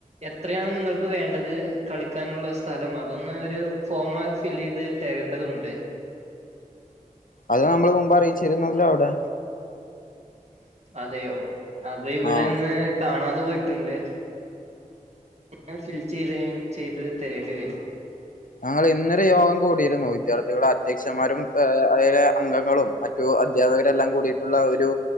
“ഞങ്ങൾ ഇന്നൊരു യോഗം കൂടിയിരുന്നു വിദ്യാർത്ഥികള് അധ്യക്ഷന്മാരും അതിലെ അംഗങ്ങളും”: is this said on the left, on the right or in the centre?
Left